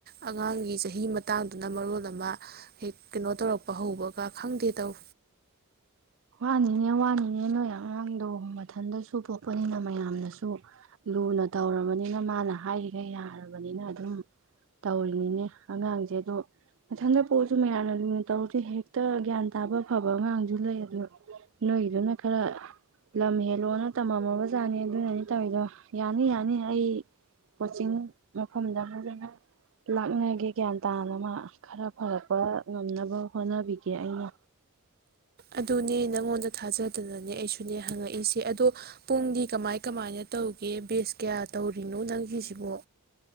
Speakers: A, on the right; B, on the right.
A: ꯑꯉꯥꯡꯒꯤ ꯆꯍꯤ ꯃꯇꯥꯡꯗꯨꯅ ꯃꯔꯣꯜ ꯑꯃ ꯍꯦꯛ ꯀꯩꯅꯣ ꯇꯧꯔꯛꯄ ꯍꯧꯕꯒ ꯈꯪꯗꯦ ꯇꯧ
B: ꯋꯥꯅꯤꯅꯦ ꯋꯥꯅꯤꯅꯦ ꯅꯣꯏ ꯑꯉꯥꯡꯗꯣ ꯃꯊꯟꯗꯁꯨ ꯄꯣꯛꯄꯅꯤꯅ ꯃꯌꯥꯝꯅꯁꯨ ꯂꯨꯅ ꯇꯧꯔꯕꯅꯤꯅ ꯃꯥꯅ ꯍꯥꯏꯔꯤꯒꯩ ꯌꯥꯔꯕꯅꯤꯅ ꯑꯗꯨꯝ ꯇꯧꯔꯤꯅꯤꯅꯦ ꯑꯉꯥꯡꯁꯦ ꯑꯗꯣ ꯃꯊꯟꯗ ꯄꯣꯛꯑꯁꯨ ꯃꯌꯥꯝꯅ ꯂꯨꯅ ꯇꯧꯔꯁꯨ ꯍꯦꯛꯇ ꯒ꯭ꯌꯥꯟ ꯇꯥꯕ ꯐꯕ ꯑꯉꯥꯡꯁꯨ ꯂꯩ ꯑꯗꯨ ꯅꯣꯏꯒꯤꯗꯨꯅ ꯈꯔ ꯂꯝ ꯍꯦꯜꯂꯣꯅ ꯇꯝꯃꯝꯃꯕꯖꯥꯠꯅꯤ ꯑꯗꯨꯅꯅꯤ ꯇꯧꯋꯤꯗꯣ ꯌꯥꯅꯤ ꯌꯥꯅꯤ ꯑꯩ ꯀꯣꯆꯤꯡ ꯃꯐꯝꯗ ꯐꯖꯅ ꯂꯥꯛꯅꯒꯦ ꯒ꯭ꯌꯥꯟ ꯇꯥꯅ ꯃꯥ ꯈꯔ ꯐꯔꯛꯄ ꯉꯝꯅꯕ ꯍꯣꯠꯅꯕꯤꯒꯦ ꯑꯩꯅ
A: ꯑꯗꯨꯅꯦ ꯅꯪꯉꯣꯟꯗ ꯊꯥꯖꯗꯅꯅꯦ ꯑꯩꯁꯨꯅꯦ ꯍꯪꯉꯛꯏꯁꯦ ꯑꯗꯣ ꯄꯨꯡꯗꯤ ꯀꯃꯥꯏ ꯀꯃꯥꯏꯅ ꯇꯧꯒꯦ ꯕꯦꯖ ꯀꯌꯥ ꯇꯧꯔꯤꯅꯣ ꯅꯪꯒꯤꯁꯤꯕꯣ